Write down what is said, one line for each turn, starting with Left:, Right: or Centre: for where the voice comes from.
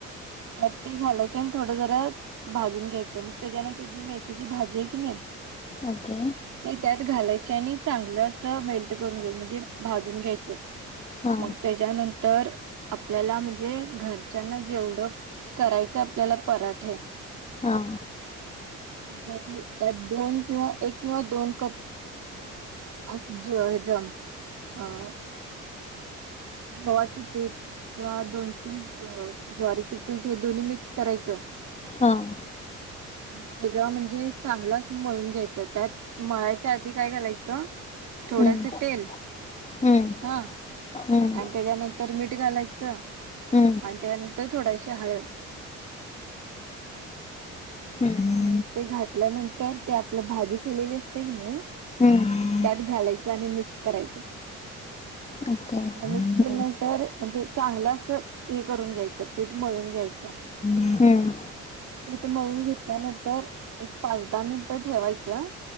Right: <unintelligible> घालायचं आणि थोडं जरा. भाजून घ्यायचं मग, त्याच्यानंतर जी मेथीची भाजी आहे कनी.
Left: ओके.
Right: ते त्यात घालायची आणि चांगलं असं, मेल्ट करून घ्या म्हणजे भाजून घ्यायच.
Left: हा
Right: मग तेच्यानंतर आपल्याला, म्हणजे घरच्यांना जेवढं. करायचं आपल्याला पराठे.
Left: हां.
Right: एक्झॅक्टली त्यात दोन किंवा, एक किंवा दोन कप. अ एकदम अं.. गव्हाचं पीठ किंवा, दोन तीन ज्वारीच पीठ हे दोन्ही मिक्स करायचं.
Left: हां.
Right: <unintelligible> म्हणजे चांगलं मळून घ्यायचं त्यात मळायच. त्या आधी काय घालायचं, थोडंसं
Left: हम्म
Right: तेल
Left: हम्म
Right: हां.
Left: हम्म
Right: आणि तेच्यानंतर मीठ घालायचं.
Left: हम्म.
Right: आणि त्यानंतर थोडाशी हळद.
Left: हम्म
Right: आणि ते घातल्यानंतर ते, आपलं भाजी केलेली असते कणी.
Left: हम्म
Right: त्यात घालायचं, आणि मिक्स करायचं.
Left: ओके हम्म
Right: मग मिक्स केल्यानंतर म्हणजे, चांगलं असं हे करून घ्यायचं पीठ मळून घ्यायचं.
Left: हम्म
Right: पीठ मळून घेतल्यानंतर, एक पाच दहा मिनट ठेवायचं.